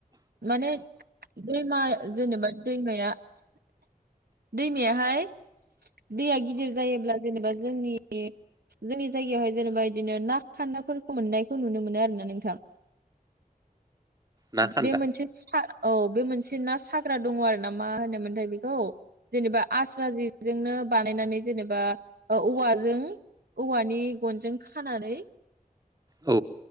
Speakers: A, on the right; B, on the right.
A: माने दैमा जेनेबा दैमाया दैमायाहाय दैया गिदिर जायोब्ला जेनेबा जोंनि- जोंनि जायगायावहाय जेनेबा बिदिनो ना खान्दाफोरखौ मोननायखौ नुनो मोनो आरो ना नोंथां।
B: ना खान्दा
A: बे मोनसे <unintelligible> औ बे मोनसे ना साग्रा दङ आरो ना मा होनोमोनथाय बेखौ जेनेबा आस्रा जेजोंनो बानायनानै जेनेबा औवाजों औवानि गनजों खानानै
B: औ